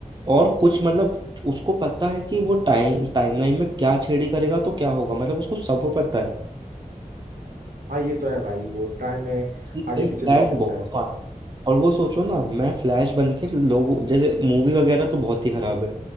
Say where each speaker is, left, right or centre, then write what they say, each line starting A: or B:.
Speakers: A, on the right; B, on the right.
A: और कुछ मतलब उसको पता है कि वो टाइम टाइमलाइन में क्या छेड़ी करेगा तो क्या होगा मतलब उसको सब पता है
B: हाँ ये तो है भाई वो टाइम में
A: इसलिए
B: आगे
A: भाई
B: पीछे
A: फ्लैश
B: भी जा सकता
A: बहुत
B: है
A: smart। और वो सोचो ना मैं फ्लैश बन के लोगों जैसे मूवी वगैरह तो बहुत ही खराब है